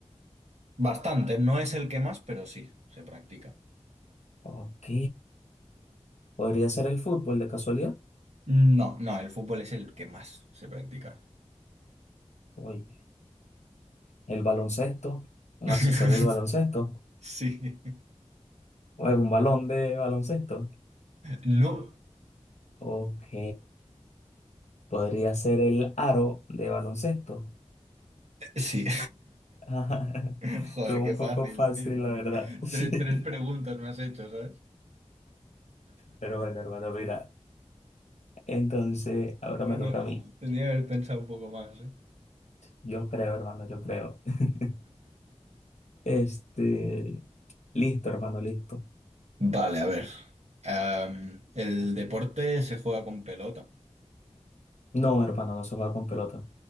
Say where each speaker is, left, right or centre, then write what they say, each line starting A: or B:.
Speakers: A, on the right (about 70°); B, on the left (about 75°).
A: Bastante, no es el que más, pero sí, se practica.
B: Ok. ¿Podría ser el fútbol de casualidad?
A: No, no, el fútbol es el que más se practica.
B: Oye. el baloncesto, un
A: <laughs>
B: accesorio del baloncesto,
A: Sí.
B: o un balón de baloncesto.
A: No,
B: Ok, podría ser el aro de baloncesto.
A: sí.
B: <laughs>
A: <laughs> Joder,
B: Estuvo
A: qué
B: un
A: fácil,
B: poco fácil,
A: tío.
B: la verdad. <laughs> Sí.
A: Tres, tres preguntas me has hecho, ¿sabes?
B: Pero bueno, hermano, mira. Entonces, ahora
A: Ay,
B: me
A: no,
B: toca a mí.
A: tendría que haber pensado un poco más, ¿eh?
B: Yo creo, hermano, yo creo. <laughs> Este, listo, hermano, listo.
A: Vale, a ver. Am, el deporte se juega con pelota.
B: No, hermano, no se juega con pelota.